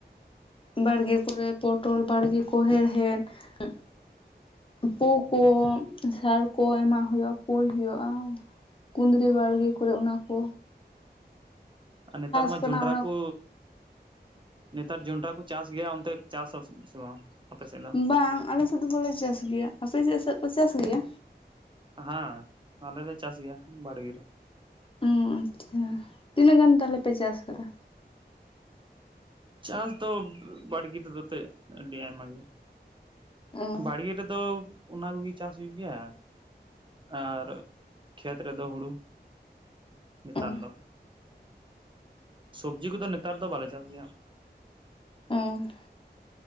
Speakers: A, on the left; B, on the right.
A: ᱵᱟᱲᱜᱮ ᱠᱚᱨᱮ ᱯᱚᱴᱚᱞ ᱵᱟᱲᱜᱮ ᱠᱚ ᱦᱮᱲᱦᱮᱫ ᱩᱸ ᱯᱳ ᱠᱳ, ᱥᱟᱨ ᱠᱳ ᱮᱢᱟᱜ ᱦᱳᱭᱳᱜᱼᱟ ᱯᱳᱭ ᱦᱳᱭᱳᱜᱼᱟ᱾ ᱠᱩᱸᱫᱽᱨᱤ ᱵᱟᱲᱜᱮ ᱠᱚᱨᱮ ᱚᱱᱟ ᱠᱳ᱾
B: ᱟᱨ ᱱᱮᱛᱟᱨ ᱢᱟ
A: ᱠᱟᱱᱟ
B: ᱡᱚᱱᱰᱽᱨᱟ
A: ᱚᱱᱟ
B: ᱠᱳ ᱱᱮᱛᱟᱨ ᱡᱚᱱᱰᱽᱨᱟ ᱠᱚ ᱪᱟᱥ ᱜᱮᱭᱟ ᱚᱱᱛᱮ ᱪᱟᱥ ᱟ ᱥᱮ ᱥᱮ ᱵᱟᱝ? ᱟᱯᱮ ᱥᱮᱫ ᱫᱚ?
A: ᱵᱟᱝ ᱟᱞᱮ ᱥᱮᱫ ᱫᱚ ᱵᱚᱞᱮ ᱪᱟᱥ ᱜᱮᱭᱟ, ᱟᱯᱮ ᱥᱮᱪ ᱥᱮᱪ ᱠᱚ ᱪᱟᱥ ᱜᱮᱭᱟ?
B: ᱦᱟᱸ ᱟᱞᱮ ᱞᱮ ᱪᱟᱥ ᱜᱮᱭᱟ ᱵᱟᱲᱜᱮ ᱨᱮ᱾
A: ᱚᱸ ᱟᱪᱪᱷᱟ ᱛᱤᱱᱟᱹᱜ ᱜᱟᱱ ᱛᱟᱦᱞᱮ ᱯᱮ ᱪᱟᱥ ᱠᱟᱫᱟ?
B: ᱪᱟᱥ ᱫᱚ ᱵᱟᱲᱜᱤ ᱛᱮᱫᱚ ᱛᱮᱫ ᱟᱹᱰᱤ ᱟᱭᱢᱟ ᱜᱮ᱾
A: ᱚ
B: ᱵᱟᱲᱜᱮ ᱨᱮᱫᱚ ᱚᱱᱟ ᱠᱚᱜᱮ ᱪᱟᱥ ᱦᱩᱭᱩᱜ ᱜᱮᱭᱟ᱾ ᱟᱨ ᱠᱷᱮᱛ ᱨᱮᱫᱚ ᱦᱩᱲᱩ, ᱪᱮᱛᱟᱨ
A: ᱚ
B: ᱫᱚ ᱥᱚᱵᱽᱡᱤ ᱠᱚᱫᱚ ᱱᱮᱛᱟᱨ ᱫᱚ ᱵᱟᱞᱮ ᱪᱟᱥ ᱜᱮᱭᱟ᱾
A: ᱚᱸᱦ